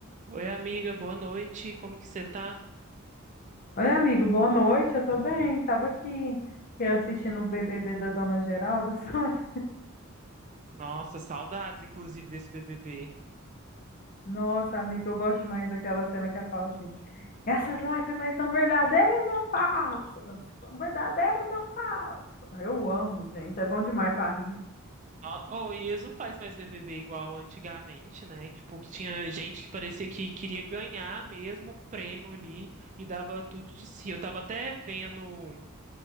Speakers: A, on the right; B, on the left.
A: Oi, amiga, boa noite. Como que você tá?
B: Oi, amigo, boa noite. Eu tô bem. Tava aqui eu assistindo o BBB da Dona Geralda, <laughs> sabe?
A: Nossa, saudades, inclusive, desse BBB.
B: Nossa, amigo, eu gosto mais daquela cena que ela fala assim: essas lágrimas são verdadeiras ou falsas? São verdadeiras ou falsas? Ah, Eu amo, gente. É bom demais pra rir.
A: No- Oh, e eles <laughs> não fazem mais BBB igual antigamente, né? Tipo, que tinha gente que parecia que queria ganhar mesmo o prêmio ali e dava tudo de si. Eu tava até vendo